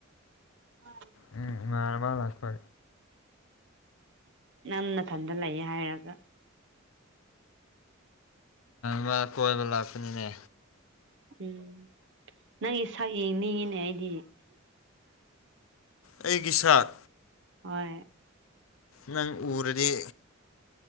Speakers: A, on the right; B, on the left.
A: ꯑ
B: ꯎꯝ ꯏꯃꯥꯟꯅꯕ ꯂꯥꯛꯄ
A: ꯅꯪ ꯃꯊꯟꯗ ꯂꯩ ꯍꯥꯏꯔꯒ
B: ꯃꯥ ꯀꯣꯏꯕ ꯂꯥꯛꯄꯅꯤꯅꯦ
A: ꯎꯝ ꯅꯪꯒꯤ ꯁꯛ ꯌꯦꯡꯅꯤꯡꯉꯤꯅꯦ ꯑꯩꯗꯤ
B: ꯑꯩꯒꯤ ꯁꯥꯠ
A: ꯍꯣꯏ
B: ꯅꯪ ꯎꯔꯗꯤ